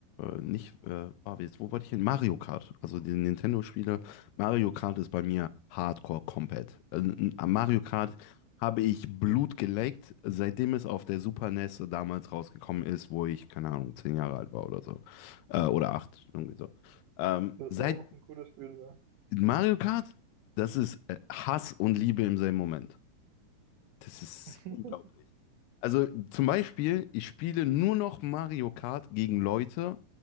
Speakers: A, on the left; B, on the right.
A: nicht, äh, ah, jetzt, wo wollte ich hin? Mario Kart. Also die Nintendo-Spiele. Mario Kart ist bei mir Hardcore komplett. Äh, n- Am Mario Kart habe ich Blut geleckt, seitdem es auf der Super NES damals rausgekommen ist, wo ich, keine Ahnung, zehn Jahre alt war oder so. Äh, oder acht, irgendwie so. Ähm,
B: Das
A: seit
B: ist auch ein cooles Spiel, ja.
A: Mario Kart, das ist äh, Hass und Liebe im selben Moment. Das ist
B: <laughs>
A: unglaublich. Also zum Beispiel, ich spiele nur noch Mario Kart gegen Leute,